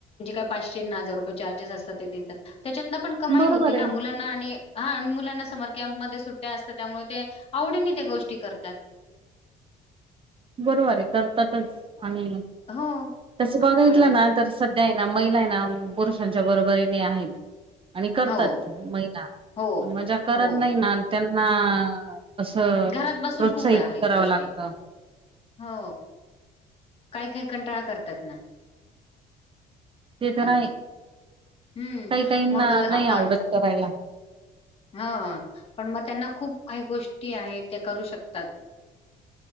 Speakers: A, on the left; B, on the right.
A: जे काय, पाचशे न हजार रुपये चार्जेस असतात ते देतात. त्याच्यातनं पण कमाई
B: बरोबर
A: होती
B: आहे
A: ना, मुलांना आणि हा अन मुला समरकॅम्प मध्ये सुट्या असतात, त्यामुळे ते आवडीने ते गोष्टी करतात.
B: बरोबर आहे करतातच आणि
A: हो.
B: तसं
A: अ,
B: बघितलं
A: अ,
B: ना तर स- सध्या आहे ना महिला आहे ना पुरुषांच्या बरोबरीने आहेत. आणि करतात
A: हो,
B: महिला
A: हो,
B: पण मजा करत
A: हो.
B: नाही ना त्यांना असं,
A: घरात बसून
B: प्रोत्साहित
A: खूप आहे
B: करावं
A: गोष्टी.
B: लागत
A: हो काही काही कंटाळा करतात ना
B: ते तर
A: हॅलो,
B: आहे
A: हम्म,
B: काही काहींना
A: मग आपण
B: नाही आवडत करायला.
A: हं हं पण मग त्यांना खूप काही गोष्टी आहेत ते करू शकतात.